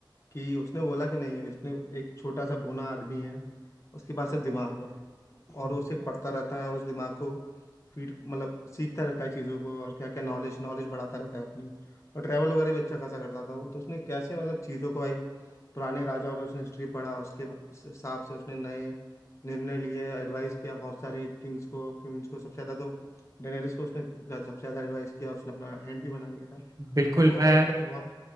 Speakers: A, on the left; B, on the right.
A: कि उसने बोला कि नहीं इसने एक छोटा सा बोना आदमी है उसके पास सिर्फ दिमाग है और
B: बिल-
A: वो सिर्फ पढ़ता रहता है और उस दिमाग को फीड मतलब सीखता रहता है चीज़ों को और क्या क्या नॉलेज नॉलेज बढ़ाता रहता है अपनी और ट्रैवल वगैरह भी अच्छा खासा करता था वो तो उसने कैसे मतलब चीज़ों को भाई पुराने राजाओं का उसने हिस्ट्री पढ़ा उसके बा- उस हिसाब से उसने नए निर्णय लिए एडवाइस किया बहुत सारे किंग्स को क्वींस को सबसे ज्यादा तो डेनेरिस को उसने जा- सबसे ज्यादा एडवाइस किया और उसने अपना हैंड भी बना लिया था
B: बिल्कुल
A: भाई वो
B: मैं
A: कैरेक्टर भी बहुत